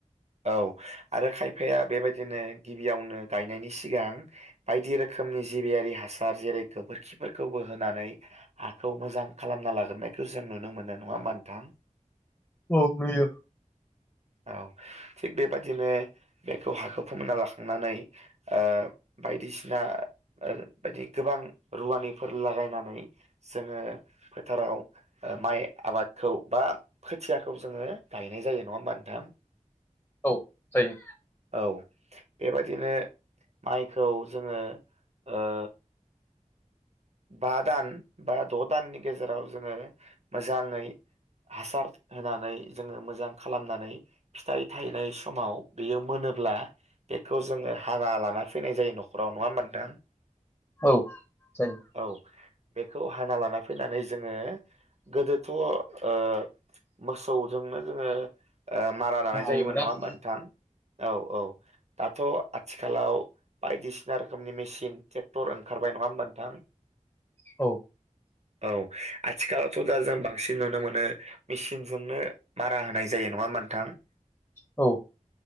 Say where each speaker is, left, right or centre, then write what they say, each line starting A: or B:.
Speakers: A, on the right; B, on the left.
A: औ आरो खायफाया बेबायदिनो गिबियावनो गायनायनि सिगां बायदि रोखोमनि जिबियारि हासार जेरै गोबोरखिफोरखौबो होनानै हाखौ मोजां खालामना लाग्रोनायखौ जों नुनो मोननाय नङा होमबा नोंथां
B: औ नुयो।
A: औ थिग बेबदिनो बेखौ हाखौ फोमोनना लाखांनानै ओ बायदिसिना ओ बायदि गोबां रुवानिफोर लागायनानै जोङो फोथाराव ओ माइ आबादखौ बा खोथियाखौ जोङो गायनाय जायो नङा होमबा नोंथां <inaudible>
B: औ जायो।
A: औ बेबायदिनो माइखौ जोङो ओ बा दान बा द' दाननि गेजेराव जोङो मोजाङै हासार होनानै जोङो मोजां खालामनानै फिथाइ थायनाय समाव बेयो मोनोब्ला बेखौ जोङो हाना लाना फैनाय जायो न'खराव नङा होमबा नोंथां
B: औ जायो
A: औ बेखौ हाना लाना फैनानै जोङो गोदोथ' ओ मोसौजोंनो जोङो ओ मारा दानाय
B: हायोमोन
A: जायोमोन नङा
B: आरो
A: होमबा नोंथां औ औ दाथ' आथिखालाव बायदिसिना रोखोमनि मेसिन ट्रेक्टर ओंखारबाय नङा होमबा नोंथां
B: औ
A: औ आथिखालावथ' दा जों बांसिन नुनो मोनो मेचिनजोंनो मारा होनाय जायो नङा होमोनथां
B: औ